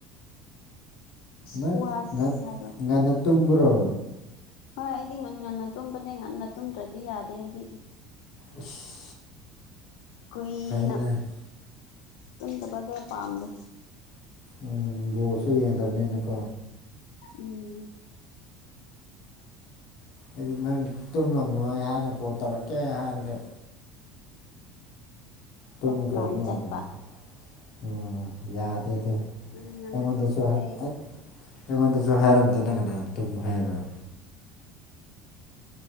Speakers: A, on the left (about 75°); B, on the left (about 50°).
A: ꯏꯁꯀ꯭ꯋꯥꯁ
B: ꯅꯪ ꯉ
A: ꯍꯥꯏꯕ꯭ꯔꯥ
B: ꯉꯟꯅ ꯇꯨꯝꯕ꯭ꯔꯣ
A: ꯍꯣꯏ ꯑꯩꯗꯤ ꯉꯟ ꯉꯟꯅ ꯇꯨꯝꯕꯅꯦ ꯉꯟꯅ ꯇꯨꯝꯗ꯭ꯔꯗꯤ ꯌꯥꯗꯦ ꯑꯩꯗꯤ꯫
B: ꯢꯁ
A: ꯀꯨꯏꯅ
B: ꯐꯩꯅꯦ
A: ꯇꯨꯝꯗꯕꯗꯣ ꯄꯥꯝꯗꯦ꯫
B: ꯎꯝ ꯕꯣꯜꯁꯨ ꯌꯦꯡꯗꯕꯅꯤꯅꯀꯣ
A: ꯎꯝ
B: ꯍꯥꯏꯗꯤ ꯅꯪ ꯇꯨꯝꯂꯝꯃꯣꯏ ꯍꯥꯏꯅ ꯀꯣꯜ ꯇꯧꯔꯛꯀꯦ ꯍꯥꯏꯔꯒ ꯇꯨꯝꯈ꯭ꯔꯕ
A: ꯑꯣꯐꯂꯥꯏꯟ
B: ꯃꯥꯜꯂꯤꯅꯦ
A: ꯆꯠꯄ
B: ꯎꯝ ꯌꯥꯗꯦ ꯑꯗꯨ
A: ꯎꯝ ꯉꯟꯅ
B: ꯑꯩꯉꯣꯟꯗꯁꯨ
A: ꯇꯨꯝꯕꯅꯦ ꯑꯩꯗꯤ
B: ꯑꯩꯉꯣꯟꯗꯁꯨ ꯍꯥꯏꯔꯝꯗꯅ ꯀꯅꯥ ꯇꯨꯝ ꯍꯥꯏꯔꯣꯏ